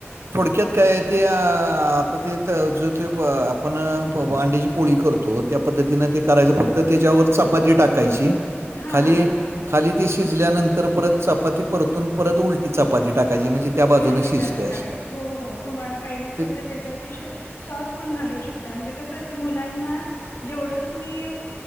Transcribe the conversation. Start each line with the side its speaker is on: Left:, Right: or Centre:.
Right: थोडक्यात काय ते आता ते ज ते आपण अंड्या पोळी करतो त्या पद्धतीनं ते करायचं, फक्त त्याच्यावर चपाती टाकायची.
Left: हा
Right: खाली
Left: हा हा.
Right: खाली ते शिजल्यानंतर परत चपाती परतून, परत उलटी चपाती टाकायची म्हणजे त्या बाजूनं
Left: उलटी
Right: शिजते
Left: टाकायची.
Right: असं.
Left: हो हो तुम्हाला पाहिजे असेल,
Right: ते
Left: तर त्याच्यावरती श सॉस पण घालू शकता म्हणजे कसं असत मुलांना जेवढं तुम्ही